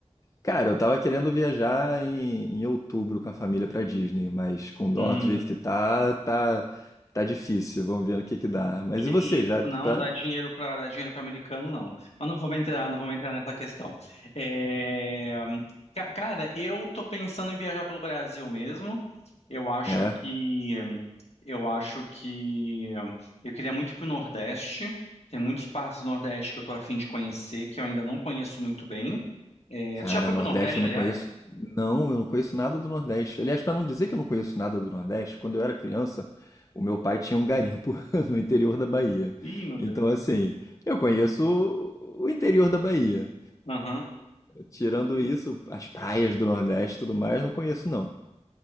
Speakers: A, on the left; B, on the left.
A: Cara, eu tava querendo viajar em, em outubro com a família pra Disney, mas com o dólar
B: Hum.
A: do jeito que tá, tá, tá difícil. Vamos ver no que que dá. Mas
B: Que
A: e você,
B: isso,
A: já
B: não,
A: tá...
B: dá dinheiro para dar dinheiro para americano, não. Mas não vamos entrar, não vamos entrar nessa questão. É, ca- Cara, eu tô pensando em viajar pelo Brasil mesmo. Eu acho
A: É,
B: que eu acho que eu queria muito ir pro Nordeste. Tem muitos partes do Nordeste que eu tô a fim de conhecer, que eu ainda não conheço muito bem. É...
A: cara,
B: Tu já foi
A: Nordeste
B: pro Nordeste,
A: eu não
B: aliás?
A: conheço... Não, eu não conheço nada do Nordeste. Aliás, pra não dizer que eu não conheço nada do Nordeste, quando eu era criança, o meu pai tinha um garimpo <laughs> no interior da Bahia.
B: Ih, meu Deus.
A: Então, assim, eu conheço o interior da Bahia.
B: Aham.
A: Tirando isso, as praias do Nordeste e tudo mais, não conheço não.